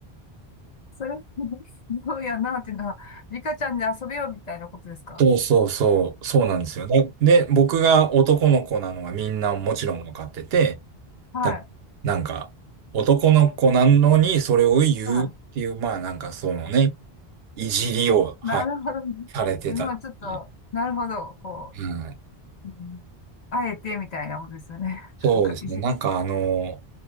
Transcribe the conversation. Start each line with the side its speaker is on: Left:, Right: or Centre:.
Left: それ、<laughs> どうやなっていうのは、リカちゃんで遊べよみたいなことですか
Right: そうそうそう、そうなんですよね。で、僕が男の子なのはみんなもちろん分かってて、
Left: はい。
Right: だなんか、男の子なのにそれを言うっていう、
Left: は
Right: まあなんかそのね、いじりを、はい、
Left: い。なるほどね。
Right: されてたり。
Left: え、まあちょっと、なるほど、こ
Right: うん、
Left: う、うん、あえてみたいなことですよね。
Right: そうですね。
Left: <laughs> なんか、いじ、
Right: なんかあの、